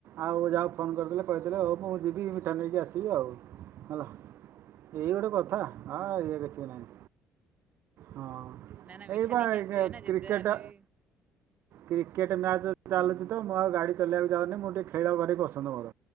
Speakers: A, on the right (about 60°); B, on the right (about 35°).
A: ଆଉ ଯାହାକୁ ଫୋନ୍ କରିଦେଲେ କହିଥିଲେ ହେଉ ମୁଁ ଯିବି ମିଠା ନେଇକି ଆସିବି ଆଉ। ହେଲା। ଏଇ ଗୋଟେ କଥା ହଁ ଇଏ କିଛିଲାଇ। ହଁ
B: ନା ନା ମିଠା
A: ଏଇ ବା
B: ନେଇକି ଆସିବେ ନା ଯେତେ
A: କ୍ରିକେଟ
B: ହେଲେ ବି
A: କ୍ରିକେଟ ମ୍ୟାଚ ଚାଲୁଛି। ତ ମୁଁ ଆଉ ଗାଡ଼ି ଚଲେଇବାକୁ ଯାଉନି ମୁଁ ଟିକିଏ ଖେଳିବା ଭାରି ପସନ୍ଦ ମୋର